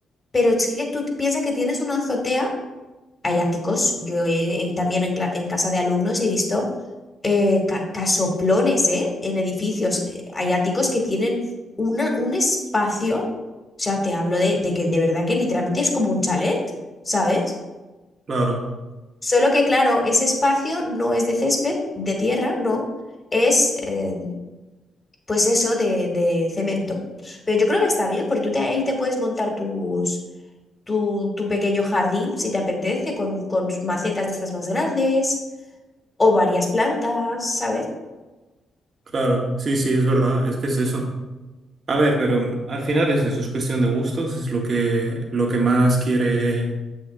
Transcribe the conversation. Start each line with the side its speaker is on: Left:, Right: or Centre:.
Left: pero es que tú piensas que tienes una azotea, hay áticos, yo he- he- también en, cla- en casa de alumnos he visto eh, ca- casoplones, ¿eh? En edificios, eh, hay áticos que tienen una, un espacio, o sea, te hablo de, de que de verdad que literalmente es como un chalet, ¿sabes?
Right: claro,
Left: Solo que, claro, ese espacio no es de césped, de tierra, no, es eh, pues eso de, de cemento. Pero yo creo que está bien, porque tú te- ahí te puedes montar tus, tu, tu pequeño jardín, si te apetece, con, con macetas de estas más grandes o varias plantas, ¿sabes?
Right: claro. Sí, sí, es verdad, es que es eso. A ver, pero mm, al final es eso, es cuestión de gustos, es lo que, lo que más quiere